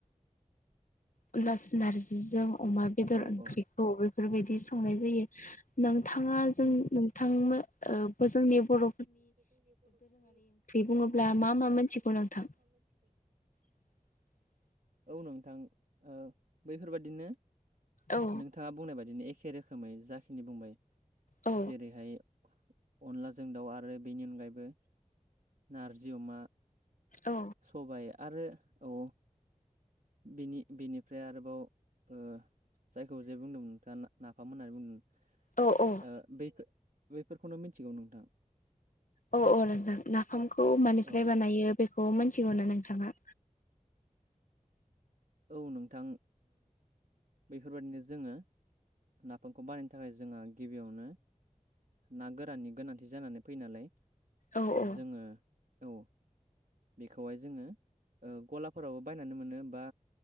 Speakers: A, on the left; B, on the right.
A: <unintelligible> नारजिजों अमा बेदर
B: औ
A: ओंख्रिखौे
B: औ
A: बेफोरबायदि संनाय जायो नोंथाङा जों
B: औ
A: नोंथांनो जोंनि बर'
B: बर'फोरनि बेफोर ओंख्रि
A: बुङोब्ला
B: दोरोङारि
A: मा
B: ओंख्रि‌
A: मा मोनथिगौ
B: बुङोब्ला
A: नोंथां
B: मा मा मिथिगौ नोंथां?
A: <inaudible>
B: औ नोंथां औ बैफोरबादिनो
A: औ
B: नोंथाङा बुंनाय बायदिनो एखे रोखोमै जाखिनि बुंबाय
A: औ
B: जेरैहाय अनलाजों दाउ आरो बेनि अनगायैबो नारजि अमा
A: औ
B: सबाय आरो औ बिनि बिनिफ्राय आरोबाव जायखौ जे बुंदोंमोन नोंथाङा नाफाम होननानै बुंदों।
A: औ औ
B: बे बेफोरखौनो मिथिगौ नोंथां।
A: औ औ नोंथां नाफामखौ मानिफ्राय
B: औ
A: बानायो बेखौ मोनथिगौ ना नोंथाङा?
B: औ नोंथां बेफोरबादिनो जोङो नाफामखौ बानायनो थाखाय जोंहा गिबियावनो ना गोराननि गोनांथि जानानै फैयो नालाय
A: औ औ
B: जोङो औ बेखौहाय जोङो गलाफोरावबो बायनानै मोनो बा